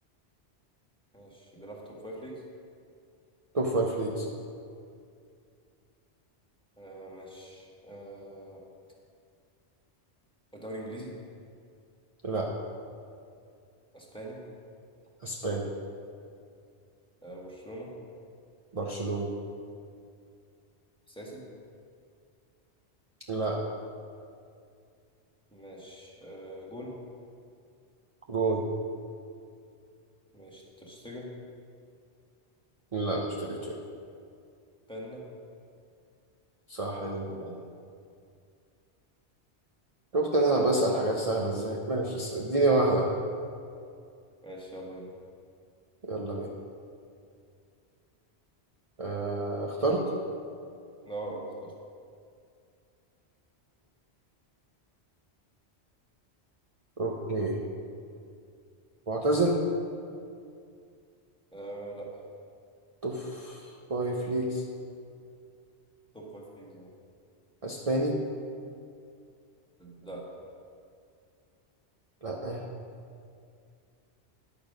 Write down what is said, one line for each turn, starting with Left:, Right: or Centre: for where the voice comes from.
Centre: ماشي بيلعب في توب فايف ليجز
Right: توب فايف ليجز
Centre: آه ماشي آه دوري انجليزي
Right: لا
Centre: اسباني
Right: اسباني
Centre: آه برشلونه
Right: برشلونة
Centre: ساسي
Right: لا
Centre: ماشي آه جون
Right: جون
Centre: ماشي ترشتجن
Right: لا مش تريتشي
Centre: بنا
Right: صح انا كده شفت انا بسأل حاجات سهلة ازاي ماشي س- اديني واحدة
Centre: ماشي يلا بينا
Right: يلا بينا أه اخترت
Centre: اه اخترت
Right: اوكي معتزل
Centre: آه لا
Right: توب فايف ليجز
Centre: توب فايف ليجز آه
Right: اسباني
Centre: لا
Right: لا